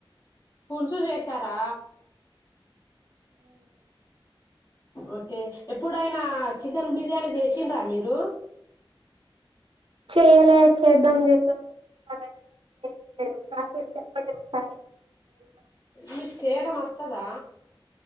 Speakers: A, on the left (about 40°); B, on the right (about 70°).
A: పులుసు చేసారా ఓకే ఎప్పుడైనా చికెన్ బిర్యానీ చేసిండ్రా మీరు
B: చెయలే చేద్దాం చేద్దాం అనుకున్నా గానీ చేలేను కాస చెప్పండి ఒకసారి ఏదో
A: మీకు చేయడం వస్తదా